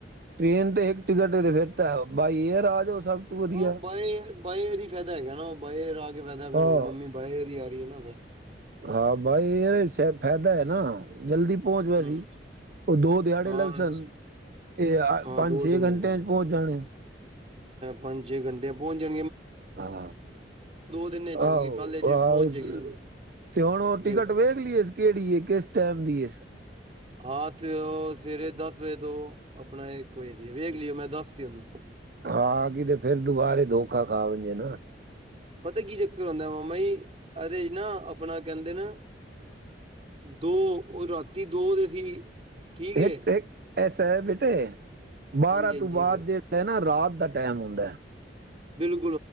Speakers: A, on the right; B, on the right.
A: ਟ੍ਰੇਨ ਤੇ ਇੱਕ ਟਿਕਟ ਤੇ ਫਿਰਤਾ ਬਾਈ ਏਅਰ ਆ ਜਾਓ। ਸਭ ਤੋਂ ਵਧੀਆ
B: ਹਾਂ ਬਾਏ ਫੇਰ ਈ ਫਾਇਦਾ ਹੈ ਨਾ ਬਾਏ ਰ ਪਦਾ ਫਿਰ
A: ਹਾਂ
B: ਹੁਣ ਮੰਮੀ ਬਾਏ ਏਅਰ ਹੀ ਆ ਰਹੀ ਹੈ ਨਾ ਫਿਰ।
A: ਹਾਂ ਬਾਈ ਇਹ ਫਾਇਦਾ ਹੈ ਨਾ, ਜਲਦੀ ਪਹੁੰਚ ਪਇਆ
B: ਹੂੰ,
A: ਸੀ ਉਹ ਦੋ ਦਿਹਾੜੇ
B: ਹਾਂ
A: ਲੱਗ ਸਨ। ਤੇ
B: ਹਾਂ
A: ਪੰਜ
B: ਦੋ
A: ਛੇ
B: ਦਿਨ
A: ਘੰਟਿਆਂ
B: ਲੱਗਣਗੇ
A: ਚ ਪਹੁੰਚ ਜਾਣੇ।
B: ਪੰਜ ਛੇ ਘੰਟੇ ਪਹੁੰਚ ਜਾਨ।
A: ਆਹ
B: ਦਿਨ ਚ ਹੋਣਗੇ
A: ਆਹੋ,
B: ਕੱਲ ਚ
A: ਆਹੋ
B: ਪਹੁੰਚ ਜਾਏਗੀ ਨਾ
A: ਤੇ ਹੁਣ ਉਹ
B: ਜੇ
A: ਟਿਕਟ ਵੇਖ ਲਈਏ? ਕਿਹੜੀ ਕਿਸ ਟਾਈਮ ਦੀ?
B: ਹਾਂ ਸ ਸਵੇਰੇ ਦਸ ਵਜੇ ਤੋਂ ਆਪਣਾ ਇੱਕ ਵਜ ਦੀ ਵੇਖ ਲਈ। ਮੈਂ ਦੱਸ ਤ ਉਹਨੂੰ
A: ਹਾਂ ਕਿਤੇ ਫਿਰ ਦੁਬਾਰੇ ਦੋਖਾ ਖਾਵੇ ਨਾ।
B: ਪਤਾ ਕੀ ਚੱਕਰ ਆਉਂਦਾ? ਵ ਈ ਅਦੇ ਚ ਨਾ। ਆਪਣਾ ਕਹਿੰਦੇ ਨਾ, ਦੋ ਉਹ ਰਾਤੀ ਦੋ ਦੇ ਸੀ। ਠੀਕ
A: ਇੱਕ,
B: ਏ
A: ਇੱਕ ਐਸਾ ਬੇਟੇ
B: ਹਾਂਜੀ
A: ਬਾਰਾਂ ਤੋਂ
B: ਹਾਂਜੀ
A: ਬਾਅਦ ਜਿਹੜਾ ਨਾ ਰਾਤ ਦਾ ਟਾਈਮ ਹੁੰਦੇ ਆ
B: ਬਿਲਕੂ